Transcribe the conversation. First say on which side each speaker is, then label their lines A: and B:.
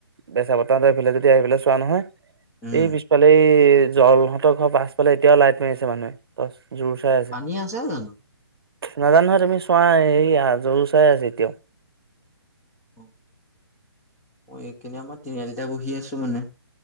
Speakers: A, on the right; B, in the centre.
A: বেচা বৰ্তাহতৰ এই ফালে আহি পেলাই চোৱা নহয়।
B: উম
A: এই পিছফালে জলহঁতৰ ঘৰৰ পাছফালে এতিয়াও লাইট মাৰিছে মানুহে। জোৰ চাই
B: পানী আছে জানো
A: নাজানো নহয় তুমি চোৱা এইৰি জৰু চাই আছ এতিয়াও।
B: অ মই এইকাৰনে আমাৰ তিনিআলিটা বহি আছো মানে